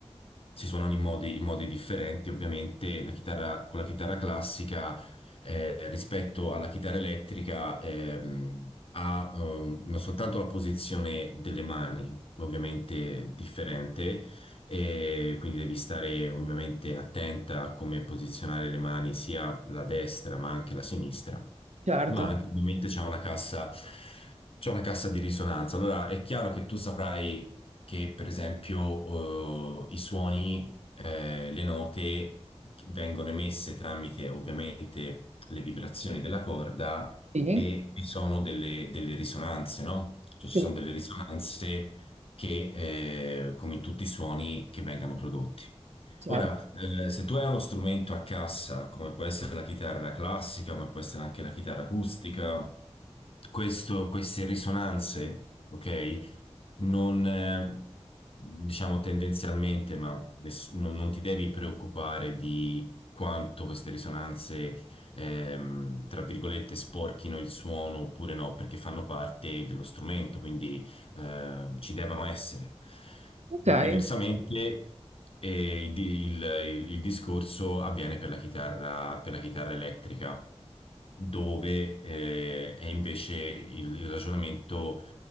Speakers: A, on the left; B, on the right.
A: si suonano in modi, in modi differenti, ovviamente la chitarra, con la chitarra classica eh, rispetto alla chitarra elettrica ehm, ha ehm, non soltanto la posizione delle mani, ovviamente differente, e quindi devi stare ovviamente attenta a come posizionare le mani, sia la destra ma anche la sinistra,
B: Certo,
A: ma Ah, anche ovviamente c'è una cassa, c'è una cassa di risonanza. Allora è chiaro che tu saprai che per esempio eh, i suoni eh, le note vengono emesse tramite ovviamente le vibrazioni della corda
B: sì,
A: e vi sono delle, delle risonanze, no? Cioè ci
B: sì,
A: sono delle risonanze che, eh, come in tutti i suoni, che vengano prodotti.
B: certo.
A: Ora, eh, se tu hai uno strumento a cassa, come può essere la chitarra classica, come può essere anche la chitarra acustica, questo- queste risonanze, ok? non, eh, diciamo tendenzialmente, ma ness- non, non ti devi preoccupare di quanto queste risonanze, ehm, tra virgolette, sporchino il suono oppure no, perché fanno parte dello strumento, quindi eh, ci devono essere.
B: Ok.
A: Diversamente,
B: Eh,
A: eh, il, il- il- il discorso avviene per la chitarra, per la chitarra elettrica, dove eh, è invece il il ragionamento